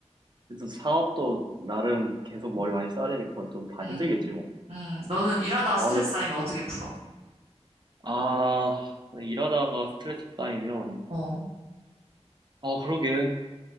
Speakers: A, on the right (about 40°); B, on the right (about 65°).
A: 그래도 사업도 나름 계속
B: 음,
A: 머리 많이 써야 되니까 그것도 다
B: 음,
A: 힘들겠지 뭐.
B: 음. 너는 일하다
A: 아,
B: 스트레스
A: 근데,
B: 쌓이면 어떻게 풀어?
A: 아, 일하다가 스트레스 쌓이면,
B: 어,
A: 아, 그러게.